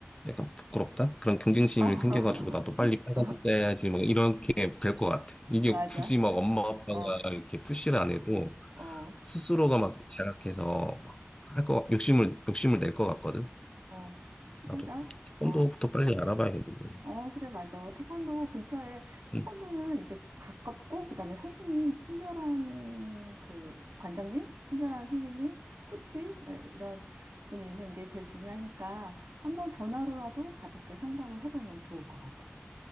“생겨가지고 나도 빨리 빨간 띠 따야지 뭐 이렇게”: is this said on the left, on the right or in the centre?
Left